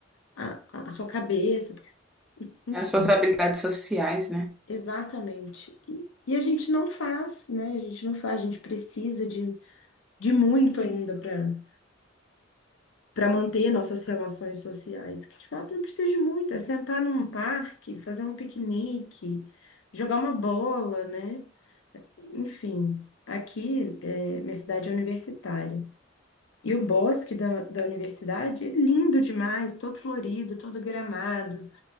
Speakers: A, on the left (about 85°); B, in the centre.
A: a, a sua cabeça, porque- enfim,
B: As suas habilidades sociais, né?
A: exatamente. E, e a gente não faz, né? A gente não faz, a gente precisa de, de muito ainda para para manter nossas relações sociais, que de fato não precisa de muito, é sentar num parque, fazer um piquenique, jogar uma bola, né? Enfim, aqui, é, minha cidade é universitária. E o bosque da, da universidade é lindo demais, todo florido, todo gramado.